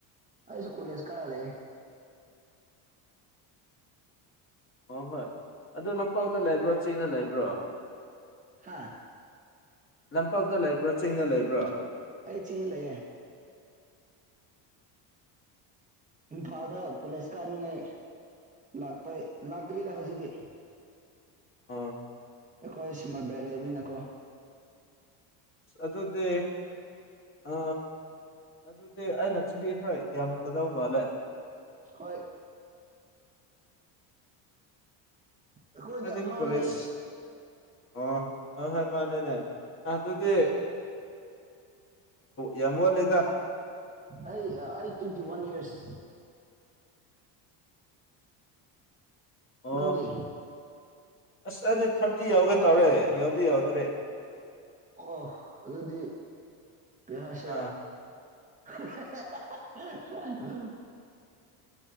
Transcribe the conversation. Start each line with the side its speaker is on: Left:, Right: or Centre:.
Right: ꯑꯩꯁꯨ ꯀꯨꯂꯦꯖ ꯀꯔꯔꯦ
Left: ꯑ ꯍꯣꯏ ꯑꯗꯨ ꯂꯝꯄꯥꯛꯇ ꯂꯩꯕ꯭ꯔꯣ ꯆꯤꯡꯅ ꯂꯩꯕ꯭ꯔꯣ
Right: ꯍꯥꯥ
Left: ꯂꯝꯄꯥꯛꯇ ꯂꯩꯕ꯭ꯔꯥ ꯆꯤꯡꯗ ꯂꯩꯕ꯭ꯔꯥ
Right: ꯑꯩ ꯆꯤꯡꯒ ꯂꯩꯑꯦ ꯏꯝꯐꯥꯜꯗ ꯀꯂꯦꯁꯀꯥꯥꯟꯉꯥꯏ ꯂꯥꯛꯄ ꯂꯥꯛꯇ꯭ꯔꯤꯗ ꯍꯧꯖꯤꯛꯇꯤ
Left: ꯑꯣ
Right: ꯑꯩꯈꯣꯏ ꯁꯨꯝꯕ ꯕ꯭ꯔꯦꯟ ꯂꯩꯕꯅꯤꯅꯀꯣ
Left: ꯑꯇꯣꯗꯤ ꯑ ꯑꯗꯨꯗꯤ ꯑꯩꯅ ꯆꯍꯤ ꯈꯔ ꯌꯥꯝꯃꯒ ꯗꯧ ꯃꯥꯂꯦ
Right: ꯍꯣꯏ ꯑꯩꯈꯣꯏꯗꯤ
Left: ꯍꯥꯏꯗꯤ
Right: ꯑꯉꯥꯡꯅꯦ
Left: ꯀꯣꯂꯦꯖ ꯑꯣ ꯑ ꯍꯣꯏ ꯃꯥꯅꯦꯅꯦ ꯑꯗꯨꯗꯤ ꯌꯥꯝ ꯋꯥ ꯂꯤꯗ
Right: ꯑꯩ ꯑꯩ ꯇ꯭ꯋꯦꯟꯇꯤ ꯋꯥꯟ ꯏꯌꯥꯔꯁ
Left: ꯑꯣ
Right: ꯅꯪꯗꯤ
Left: ꯑꯁ ꯑꯩꯗꯤ ꯊꯥꯔꯇꯤ ꯌꯥꯎꯒꯦ ꯇꯧꯔꯦ ꯌꯥꯎꯗꯤ ꯌꯥꯎꯗ꯭ꯔꯦ
Right: ꯑꯣ ꯑꯗꯨꯗꯤ ꯀꯩ ꯍꯥꯏꯁꯤꯔꯥ
Left: ꯑꯥ
Right: <unintelligible>